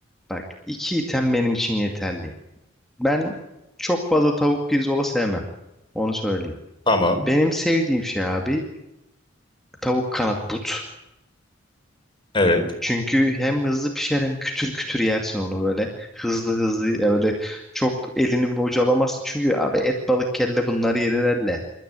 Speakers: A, in the centre; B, on the left.
A: bak iki item benim için yeterli. Ben çok fazla tavuk pirzola sevmem. Onu söyleyeyim.
B: <laughs> Tamam.
A: Benim sevdiğim şey abi tavuk kanat but.
B: Evet.
A: Çünkü hem hızlı pişer hem kütür kütür yersin onu böyle. Hızlı hızlı öyle çok elini bocalamazsın. Çünkü abi et balık kelle bunlar yenir elle.